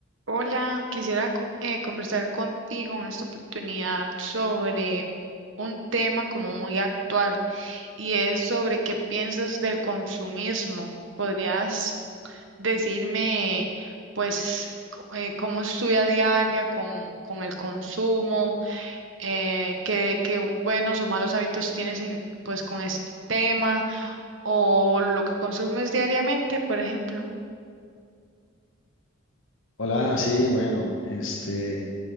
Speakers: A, on the right (about 65°); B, on the left (about 65°).
A: Hola, quisiera co- eh, conversar contigo en esta oportunidad sobre un tema como muy actual y es sobre qué piensas del consumismo. ¿Podrías decirme, pues, co- eh, cómo es tu vida diaria con, con el consumo? Eh, qué, qué buenos o malos hábitos tienes en, pues, con este tema o lo que consumes diariamente, por ejemplo?
B: Hola, sí, bueno, este,